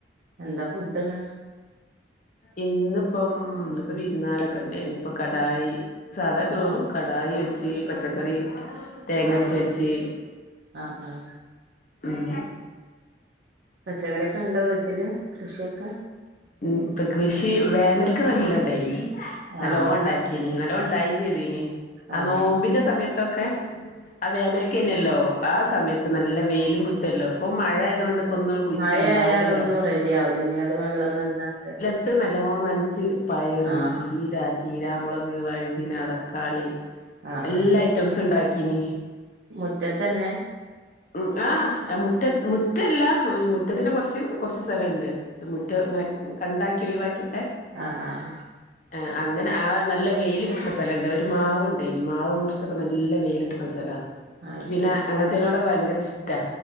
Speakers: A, on the right; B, on the left.
A: എന്താ ഫുഡ് ഇന്ന്
B: ഇന്നിപ്പം ഇന്നിപ്പോ വിരുന്നാരൊക്കെ ഒണ്ടേനി ഇനിയിപ്പ കടായി സാദാ ചോറും
A: ആ
B: കടായി വെച്ച് പച്ചക്കറി തേങ്ങ
A: ആ
B: അരച്ച് വെച്ച്
A: ആ ആ
B: ഉം
A: പച്ചക്കറിയൊക്കെ ഒണ്ടോ വീട്ടില് കൃഷിയൊക്ക
B: ഉം ഇപ്പൊ കൃഷി വേനൽക്ക് നല്ല ഉണ്ടായിനി നല്ലോണം
A: ആഹ്
B: ഉണ്ടായി ഇന്നല ഒണ്ടയിം ചെയ്തു ഇനി ആ
A: ആഹ്
B: നോമ്പിന്റെ സമയത്തൊക്കെ ആഹ് വേനൽ ക്ക്ന്നാലോ ആ സമയത്ത് നല്ല വെയിലും കിട്ടുവല്ലോ ഇപ്പൊ മഴ ആയതുകൊണ്ട് ഇപ്പൊന്നും അങ്ങ് കുഴിച്ചിട്ടാണ്ടാവൂല്ലല്ലോ
A: മഴ ആയാൽ ഒന്നും റെഡി ആവലല്ലേ അത് വെള്ളം നിന്നാണ്ട്
B: മറ്റേത് നല്ലോം നനച്ച് പയറ്
A: ആഹ്
B: ചീരാ ചീരാ മൊളക് വഴിതിന തക്കാളി
A: ആഹ്
B: എല്ലാ
A: ആഹ്
B: ഐറ്റംസ്ണ്ടാക്കീനി
A: മുറ്റത്തന്നെ
B: ഉം ആഹ് ഏഹ് മുറ്റ് മുറ്റല്ല മുറ്റത്തിന് കൊറച്ച് കൊറച്ച് സ്ഥലണ്ട് ആഹ് മുറ്റംങ്ങാൻ കണ്ടാക്കി ഒഴിവാക്കീട്ട്
A: ആഹ് ആഹ് ആഹ്
B: ആഹ് അങ്ങനെ ആഹ് നല്ല വെയില് കിട്ട്ന്ന സ്ഥലണ്ട് ഒരു മാവ്ണ്ടേനി മാവ് മുറി ച്ചപ്പം നല്ല വെയിലിട്ടണൊല് സ്ഥലാ
A: അത്
B: ക്ക് പിന്നെ
A: ശരി
B: അങ്ങനത്തേനോടൊക്കെ ഭയങ്കര്ഷ്ടാ